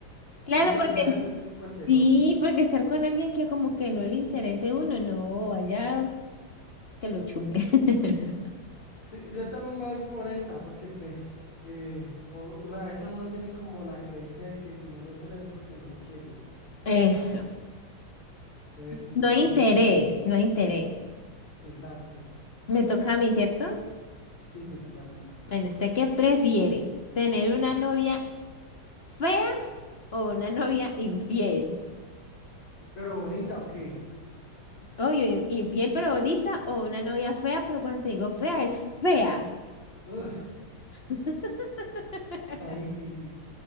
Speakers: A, on the left (about 30°); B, on the left (about 80°).
A: Claro,
B: entonces prefieres
A: porque
B: alguien súper celoso.
A: sí, porque estar con alguien que como que no le interese a uno, no, vaya. que lo chumbe. <laughs>
B: Sí, yo también me voy por esa, porque pues eh, o- uno- a veces uno tiene como la creencia de que si no lo celan es porque no lo quieren.
A: Eso.
B: Entonces sí,
A: No
B: vámonos
A: hay interés,
B: por esa.
A: no hay interés.
B: Exacto.
A: Me toca a mí, ¿cierto?
B: Sí, te toca a ti.
A: Bueno, ¿usted qué prefiere? ¿Tener una novia fea o una novia infiel?
B: Pero bonita, ¿o qué?
A: Obvio, in- infiel pero bonita o una novia fea, pero cuando te digo fea es fea.
B: Uf,
A: <laughs>
B: está difícil.